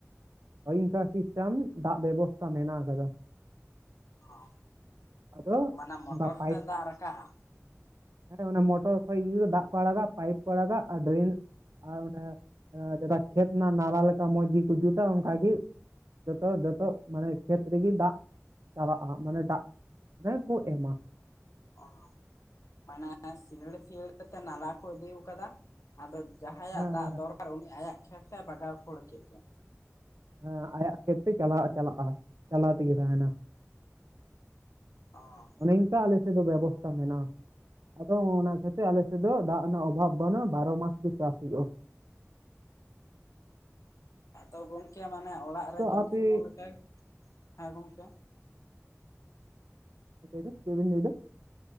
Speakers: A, on the right (about 75°); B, on the left (about 75°).
A: ᱦᱳᱭ ᱤᱝᱠᱟ ᱥᱤᱥᱴᱟᱢ ᱫᱟᱜ ᱵᱮᱵᱚᱥᱛᱷᱟ ᱢᱮᱱᱟᱜ ᱟᱠᱟᱫᱟ᱾
B: ᱚᱦ
A: ᱟᱫᱚ
B: ᱢᱟᱱᱮ ᱢᱚᱴᱚᱨ
A: ᱚᱱᱠᱟ ᱯᱟᱭᱤᱯ
B: ᱛᱮ ᱫᱟᱜ ᱨᱟᱠᱟᱜ-ᱟ?
A: ᱦᱮᱸ ᱚᱱᱟ ᱢᱚᱴᱚᱨ ᱠᱷᱚᱡ ᱤᱭᱟᱹ ᱫᱟᱜ ᱠᱚ ᱟᱲᱟᱜᱟ, ᱯᱟᱭᱤᱯ ᱠᱚ ᱟᱲᱟᱜᱟ ᱟᱨ ᱰᱨᱤᱞ ᱟᱨ ᱚᱱᱮ ᱡᱮᱛᱟ ᱠᱷᱮᱛ ᱨᱮᱱᱟᱜ ᱱᱟᱞᱟ ᱞᱮᱠᱟ ᱢᱚᱸᱡᱽ ᱜᱮᱠᱚ ᱡᱩᱛᱟ ᱚᱝᱠᱟ ᱜᱮ ᱡᱚᱛᱚ ᱡᱚᱛᱚ ᱢᱟᱱᱮ ᱠᱷᱮᱛ ᱨᱮᱜᱮ ᱫᱟᱜ ᱪᱟᱵᱟᱜ-ᱟ ᱦᱟᱸᱜ ᱢᱟᱱᱮ ᱫᱟᱜ ᱨᱮ ᱠᱚ ᱮᱢᱟ᱾
B: ᱚ ᱢᱟᱱᱮ ᱥᱤᱭᱟᱹᱲ ᱥᱤᱭᱟᱹᱲ ᱛᱮ ᱱᱟᱞᱟ ᱠᱚ ᱤᱫᱤᱣ ᱟᱠᱟᱣᱫᱟ᱾ ᱟᱫᱚ ᱡᱟᱦᱟᱭᱟᱜ
A: ᱦᱮᱸ
B: ᱫᱟᱜ
A: ᱦᱮᱸ
B: ᱫᱚᱨᱠᱟᱨ ᱩᱱᱤ ᱟᱭᱟᱜ ᱠᱷᱮᱛ ᱛᱮ ᱵᱟᱜᱟᱣ ᱠᱷᱟᱹᱲ ᱠᱮᱜ ᱜᱮ᱾
A: ᱦᱮᱸ ᱟᱭᱟᱜ ᱠᱷᱮᱛ ᱛᱮ ᱪᱟᱞᱟᱜ, ᱪᱟᱞᱟᱜ-ᱟ ᱪᱟᱞᱟᱣ ᱛᱮᱜᱮ ᱛᱟᱦᱮᱱᱟ᱾
B: ᱚ
A: ᱱᱤᱝᱠᱟ ᱟᱞᱮ ᱥᱮᱫ ᱫᱚ ᱵᱮᱵᱚᱥᱛᱷᱟ ᱢᱮᱱᱟᱜ-ᱟ ᱟᱫᱚ, ᱚᱱᱟ ᱠᱷᱟᱹ ᱥᱮ ᱟᱞᱮ ᱥᱮᱜ ᱫᱚ ᱫᱟᱜ ᱨᱮᱱᱟᱜ ᱚᱵᱷᱟᱵᱽ ᱵᱟᱹᱱᱩᱜ-ᱟ ᱵᱟᱨᱚ ᱢᱟᱥ ᱜᱮ ᱪᱟᱥ ᱦᱩᱭᱩᱜ-ᱟ᱾
B: ᱛᱚ ᱜᱚᱝᱠᱮ ᱢᱟᱱᱮ ᱚᱲᱟᱜ ᱨᱮ
A: ᱛᱚ
B: ᱡᱚᱢ
A: ᱟᱯᱮ
B: ᱥᱩᱢᱩᱝ ᱞᱮᱠᱟ ᱦᱮᱸ ᱜᱚᱝᱠᱮ᱾
A: ᱞᱟᱹᱭ ᱵᱤᱱ ᱪᱮᱫ ᱵᱤᱱ ᱞᱟᱹᱭ ᱫᱟ?